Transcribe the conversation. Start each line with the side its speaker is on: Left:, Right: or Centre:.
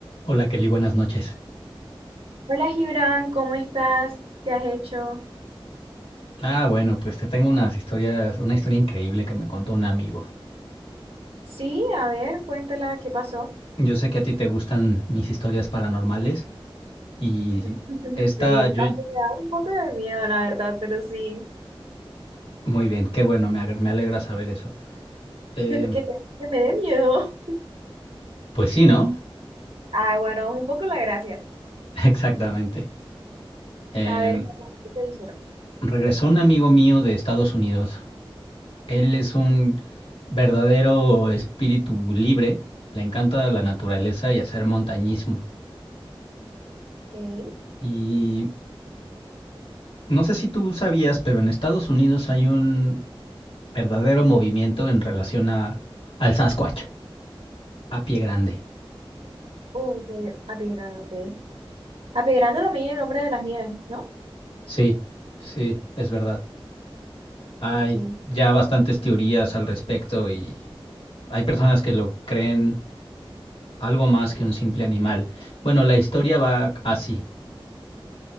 Left: Hola Kelly, buenas noches.
Right: Hola Gibran, ¿cómo estás? ¿Qué has hecho?
Left: Ah, bueno, pues te tengo unas historias, una historia increíble que me contó un amigo.
Right: Sí, a ver, cuéntala, ¿qué pasó?
Left: Yo sé que a ti te gustan mis historias paranormales y
Right: <laughs>
Left: esta,
Right: Sí,
Left: yo,
Right: aunque me da un poco de miedo, la verdad, pero sí,
Left: muy bien, qué bueno, me, agre- me alegra saber eso. Em,
Right: que, te- que, te- que me dé miedo. <laughs>
Left: pues sí, ¿no?
Right: Ah, bueno, un poco la gracia.
Left: <laughs> Exactamente. Em,
Right: A ver, cuéntame, ¿qué te dijeron?
Left: regresó un amigo mío de Estados Unidos. Él es un verdadero espíritu libre, le encanta la naturaleza y hacer montañismo.
Right: Ok,
Left: Y no sé si tú sabías, pero en Estados Unidos hay un, verdadero movimiento en relación a, al Sasquatch, a pie grande.
Right: Uh, que Apigrando, ok. Apigrando también el hombre de las nieves, ¿no?
Left: Sí, sí, es verdad. Hay
Right: Ok.
Left: ya bastantes teorías al respecto y hay personas que lo creen algo más que un simple animal. Bueno, la historia va así.